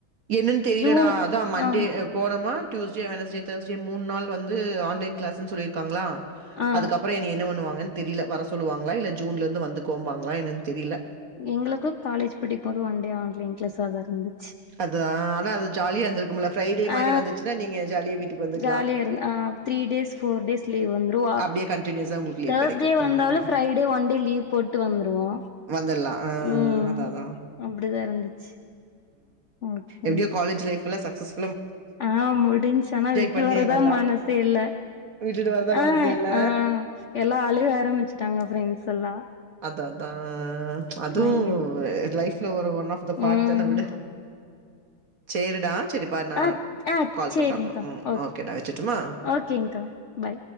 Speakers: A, on the right; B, on the left.
A: என்னன்னு தெரிலடா
B: ஜூன்
A: அதா மண்டே
B: ஆ
A: போனோமா டியூஸ்டே வென்ஸ்டே தேர்ஸ்டே மூணு நாள் வந்து ஆன்லைன் கிளாஸ்ன்னு சொல்லிர்க்காங்களா
B: ஆ
A: அதுக்கப்பறொ என்னய என்ன பண்ணுவாங்கன்னு தெரில வர சொல்லுவாங்ளா இல்ல ஜூன்ல இருந்து வந்து கோம்பங்ளா என்னான்னு தெரில
B: எங்களுக்கு காலேஜ் படிக்கும்போது ஒன் டே ஆன்லைன் க்ளாஸாதா இருந்து
A: அது ஆனா அது ஜாலியா இருந்துருக்குமுல ஃப்ரைடே மாரி
B: ஆ
A: வந்துச்சன்னா நீங்க ஜாலியா வீட்டுக்கு வந்துரு
B: ஜாலியா இருந்த ஆ three days four days leave வந்துரு
A: அப்படியே கன்டினியூஸா உங்களுக்கு லீவ்
B: தேர்ஸ்டே
A: கெடைக்கும்.
B: வந்தாலு
A: ம்.
B: ஃரைடே ஒன் டே லீவ் போட்டு வந்துருவோ
A: வந்துடலாம். ஆ
B: ம்
A: அதான், அதான்.
B: அப்டிதா இருந்துச்சு ஓகேங்
A: எப்டியோ காலேஜ் லைஃப்லா சக்சஸ்
B: ஆ முடிஞச்சு ஆனா விட்டு
A: பண்ணியா
B: வரதா
A: நல்லா?
B: மனசே இல்ல
A: விட்டுட்டு வரதா மனசே
B: ஆ
A: இல்ல?
B: ஆ எல்லா அழுக ஆரம்பிச்சுட்டாங்க ஃப்ரெண்ட்ஸ் எல்லா
A: அத அதா ஆ அது
B: அங்கிரு
A: லைஃப்ல ஒரு ஒன் ஆஃப் த பார்ட்
B: ம்
A: தான விடு சேரிடா செரிப்பாரு நா
B: ஆ ஆ
A: கால்
B: சேரிங்க்கா
A: பண்ற அப்றோ ம்
B: ஓகே
A: ஓகேடா வச்சுருட்டுமா
B: ஓகேங்க்கா பாய்